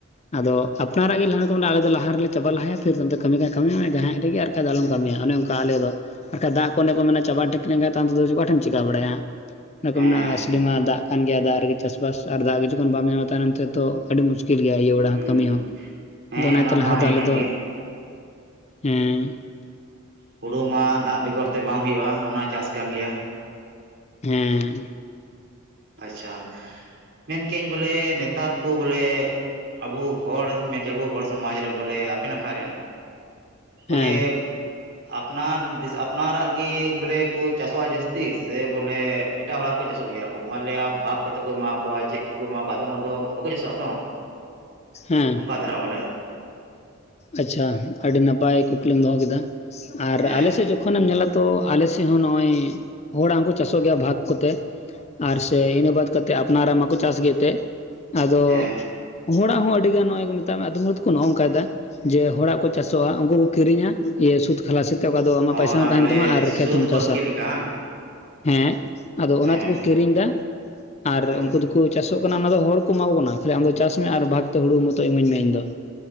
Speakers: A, on the left; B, on the right.
A: ᱟᱫᱚ ᱟᱯᱱᱟᱨᱟᱜ ᱜᱮ ᱞᱟᱦᱟ ᱠᱚ ᱟᱞᱮ ᱞᱟᱦᱟ ᱨᱮᱞᱮ ᱪᱟᱵᱟ ᱞᱟᱦᱟᱭᱟ ᱯᱷᱤᱨ ᱠᱟᱹᱢᱤ ᱠᱟᱱᱟ ᱠᱟᱹᱢᱤ ᱢᱮ ᱡᱟᱦᱟᱸᱭ ᱨᱮᱜᱮ ᱵᱟᱱ ᱠᱷᱟᱡ ᱫᱚ ᱟᱞᱚᱢ ᱠᱟᱹᱢᱤᱭᱟ ᱚᱱᱮ ᱚᱱᱠᱟ ᱟᱞᱮ ᱫᱚ ᱵᱟᱱ ᱫᱟᱜ ᱚᱱᱮ ᱠᱚ ᱢᱮᱱᱟ ᱪᱟᱵᱟ ᱴᱷᱤᱠ ᱞᱮᱱᱠᱟᱱ ᱛᱚ ᱚᱠᱟᱴᱷ ᱮᱢ ᱪᱤᱠᱠᱟ ᱵᱟᱲᱟᱭᱟ
B: ᱦᱮᱸ
A: ᱚᱱᱟᱼᱼ ᱢᱚᱥᱞᱤᱢᱟ ᱫᱟᱜ ᱠᱟᱱ ᱜᱮᱭᱟ ᱫᱟᱜ ᱨᱮᱜᱮ ᱪᱟᱥᱵᱟᱥ ᱟᱨ ᱫᱟᱜ ᱜᱮ ᱡᱚᱠᱷᱚᱱ ᱵᱟᱢ ᱧᱟᱢᱟ ᱛᱟᱭᱱᱚᱢ ᱛᱮ ᱛᱚ ᱟᱹᱰᱤ ᱢᱩᱥᱼᱼ ᱠᱤᱞ ᱜᱮᱭᱟ ᱟᱭᱩ ᱵᱟᱲᱟᱜ
B: ᱦᱩᱸ
A: ᱠᱟᱹᱢᱤ ᱦᱚᱸ
B: ᱦᱮᱸ
A: ᱟᱫᱚ ᱚᱱᱟᱛᱮ
B: ᱚᱱᱟ
A: ᱞᱟᱦᱟ
B: ᱢᱟ
A: ᱫᱚ
B: ᱦᱮᱸ
A: ᱟᱞᱮ
B: ᱠᱟᱱ
A: ᱫᱚᱼᱼ
B: ᱜᱮ
A: ᱦᱮᱸ ᱾
B: ᱦᱩᱲᱩ ᱢᱟ ᱫᱟᱜ ᱵᱮᱜᱚᱨ ᱛᱮ ᱵᱟᱝ ᱦᱩᱭᱩᱜᱼᱟ ᱚᱱᱟ ᱪᱟᱥ ᱠᱟᱱ ᱜᱮᱭᱟ ᱾
A: ᱦᱮᱸᱻ
B: ᱟᱪᱷᱟ ᱢᱮᱱᱠᱧ ᱵᱚᱞᱮ ᱱᱮᱛᱟᱨ ᱠᱚ ᱵᱚᱞᱮᱼᱼ ᱟᱵᱚ ᱦᱚᱲᱧ ᱢᱮᱱ ᱠᱮ ᱟᱵᱚ ᱦᱚᱲ ᱥᱚᱢᱟᱡᱽ ᱨᱮ ᱵᱚᱞᱮ ᱟᱯᱮ ᱱᱟᱠᱷᱟ ᱨᱮᱱ ᱵᱚᱞᱮ
A: ᱦᱮᱸ
B: ᱟᱯᱱᱟᱨ ᱟᱯᱱᱟᱨᱟᱜ ᱜᱮᱤ ᱵᱚᱞᱮ ᱠᱚ ᱪᱟᱥᱚᱜᱼᱟ ᱡᱟᱹᱥᱛᱤ ᱥᱮ ᱵᱚᱞᱮ ᱮᱴᱟᱜ ᱦᱚᱲᱟᱜ ᱨᱮᱠᱚ ᱪᱟᱥᱚᱜ ᱜᱮᱭᱟ ᱾ ᱠᱚ ᱢᱟᱞᱮᱭᱟ ᱵᱷᱟᱜᱽ ᱠᱚᱛᱮ ᱠᱚ ᱮᱢᱟ ᱠᱚᱣᱟ ᱪᱮᱫ ᱠᱚᱠᱚ ᱮᱢᱟ ᱠᱚᱣᱟ ᱟᱫᱚᱢ ᱦᱚᱲ ᱫᱚ ᱵᱟᱠᱚ ᱪᱟᱥᱚᱜᱼᱟ ᱛᱚ᱾
A: ᱦᱮᱸ
B: ᱚᱱᱠᱟ ᱫᱷᱟᱨᱟ ᱵᱚᱞᱮ,
A: ᱟᱪᱪᱷᱟ ᱟᱹᱰᱤ ᱱᱟᱯᱟᱭ ᱠᱩᱠᱞᱤᱢ ᱫᱚᱦᱚ ᱠᱮᱫᱟ, ᱟᱨ
B: ᱦᱮᱸ
A: ᱟᱞᱮᱥᱮᱫ ᱡᱚᱠᱷᱚᱱᱮᱢ ᱧᱮᱞᱟᱼᱼ ᱛᱚ ᱟᱞᱮ ᱥᱮᱫ ᱦᱚᱸ ᱱᱚᱜᱼᱚᱭ ᱦᱚᱲᱟᱜ ᱦᱚᱸ ᱠᱚ ᱪᱟᱥᱚᱜ ᱜᱮᱭᱟ ᱵᱷᱟᱜᱽ ᱠᱚᱛᱮ ᱾ ᱟᱨ ᱥᱮ ᱤᱱᱟᱹ ᱵᱟᱫ ᱠᱟᱛᱮᱫ ᱟᱯᱱᱟᱨᱟᱜ ᱢᱟᱠᱚ ᱪᱟᱥ ᱜᱮ ᱛᱮ ᱟᱫᱚ
B: ᱦᱮᱸ
A: ᱦᱚᱲᱟᱜ ᱦᱚᱸ ᱟᱹᱰᱤ ᱜᱟᱱ ᱱᱚᱜᱼᱚᱭ ᱠᱚ ᱢᱮᱛᱟᱜ ᱢᱮ ᱟᱫᱚᱢ ᱦᱚᱲ ᱫᱚᱠᱚ ᱱᱚᱜᱼᱚᱭ ᱱᱚᱝᱠᱟᱭᱫᱟ, ᱡᱮ ᱦᱚᱲᱟᱜ ᱠᱚ ᱪᱟᱥᱚᱜᱼᱟ ᱩᱱᱠᱩ ᱠᱚ ᱠᱤᱨᱤᱧᱟ ᱼᱼ ᱤᱭᱟᱹ ᱥᱩᱫ ᱠᱷᱞᱟᱥᱮᱫ ᱛᱮ ᱚᱠᱟ ᱫᱚ ᱟᱢᱟᱜ
B: ᱚ
A: ᱯᱟᱭᱥᱟ
B: ᱚᱱᱟ
A: ᱦᱚᱸ ᱛᱟᱦᱮᱱ
B: ᱵᱚᱞᱮ
A: ᱛᱟᱢᱟ ᱟᱨ ᱠᱷᱮᱛ
B: ᱥᱩᱫ
A: ᱦᱚᱸᱢ ᱪᱟᱥᱟ
B: ᱵᱟᱝᱠᱤ ᱞᱮᱠᱟ ᱵᱟᱝ
A: ᱾ ᱦᱮᱸ ᱟᱫᱚ ᱚᱱᱟ
B: ᱦᱮᱸ
A: ᱛᱮᱠᱚ ᱠᱤᱨᱤᱧ ᱫᱟ ᱟᱨ
B: ᱦᱮᱸ
A: ᱩᱱᱠᱩ ᱫᱚᱠᱚᱼᱼ ᱪᱟᱥᱚᱜ ᱠᱟᱱᱟ ᱚᱱᱟ ᱫᱚ ᱦᱚᱲ ᱠᱚ ᱮᱢᱟ ᱠᱚ ᱠᱟᱱᱟ ᱛᱟᱦᱚᱞᱮ ᱟᱢᱫᱚ ᱪᱟᱥ ᱢᱮ ᱟᱨ ᱵᱷᱟᱜᱽ ᱛᱮ ᱦᱩᱲᱩ ᱢᱚᱛᱚ ᱤᱢᱟᱹᱧ ᱢᱮ ᱤᱧ ᱫᱚ ᱾